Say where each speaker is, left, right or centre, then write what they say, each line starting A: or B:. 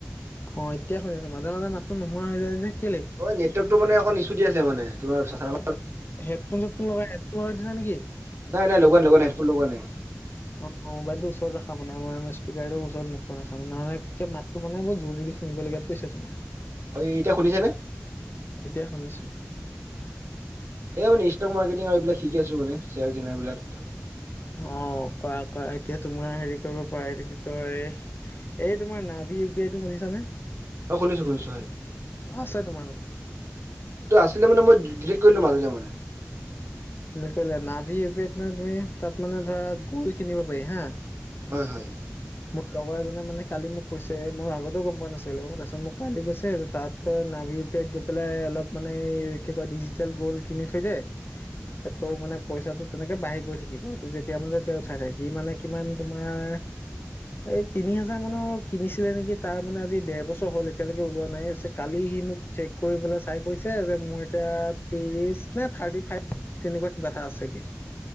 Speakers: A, on the left; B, on the right.
A: অ, এতিয়া শুনি ছো। মাজে মাজে মাততো নোহোৱা হৈ যায় যে কেলে?
B: অ নেটৱৰ্কটো মানে অকণ ইছু দি আছে মানে। তোমাৰ চা
A: হেডফোন চেডফোন লগাই হেডফোন লগাই থৈছা নেকি?
B: নাই নাই লগোৱা লগোৱা নাই, হেডফোন লগোৱা নাই।
A: অ মোবাইলটো ওচৰত ৰাখা মানে। মই এ স্পীকাৰ ওচৰত মুখখন ৰাখা মানে, নহলে একে মাত টো মানে ব জোৰ দি দি শুনিব লগীয়াত পৰিছে তোমাৰ।
B: অ, এতিয়া শুনিছে নে?
A: এতিয়া শুনিছো।
B: এ মানে ষ্টক মাৰ্কেটিংৰ এই বিলাক শিকি আছো মানে, চেয়াৰ কিনাৰবিলাক ধ
A: অ, কৰা কৰা এতিয়া তোমাৰ হেৰি কৰিব পাৰা, এইটো কি কয়? এই তোমাৰ নাভি ইউ পি আই টো শুনিছানে?
B: অ, শুনিছো শুনিছো, হয়।
A: আছে তোমাৰ তাত।
B: টো আছিলে মানে মই ডিলিট কৰি দিলোঁ মাজতে মানে বস্তুটো।
A: <unintelligible> নাভি ইউ পি আইত নো তুমি তুমি তাত মানে ধৰা গোল কিনিব পাৰি হা।
B: হয় হয়।
A: মোৰ লগৰ এজনে মানে কালি মোক কৈছে। মই আগতেও গম পোৱা নাছিলো। তাছত মোক কালি কৈছে আৰু তাত। তই নাভি ইউপিআইত গৈ পেলাই অলপ মানে কি কয় ডিজিটেল গ'ল্ কিনি থৈ দে।
B: হয়
A: এ তও মানে পইচাটো তেনেকে বাঢ়ি গৈ থাকিব। ত' যেতিয়া মানে তেওঁ থাকে। সি মানে কিমান তোমাৰ এই তিনি হাজাৰ মানৰ কিনিছিলে নেকি? তাৰ মানে আজি দেৰ বছৰ হ'ল এতিয়ালৈকে ওলোৱা নাই <unintelligible> কালি সি মোক চেক কৰিবলৈ চাই কৈছে যে, মোৰ এতিয়া ত্ৰিশ নে থাৰ্টি ফাই তেনেকুৱা কিবা এটা আছেগে।